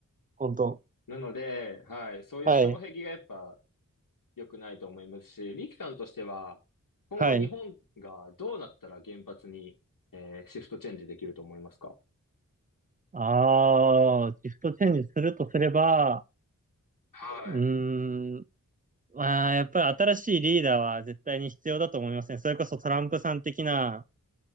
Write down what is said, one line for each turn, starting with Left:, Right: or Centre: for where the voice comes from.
Right: 本当。
Left: なので、はい、そういう障壁がやっぱ
Right: はい。
Left: 良くないと思いますし、リキさんとしては今後日本がどうなったら原発に、
Right: はい。
Left: えーシフトチェンジできると思いますか
Right: ああ、シフトチェンジするとすれば、
Left: はい。
Right: うーん、まあ、やっぱり新しいリーダーは絶対に必要だと思いますね。それこそトランプさん的な、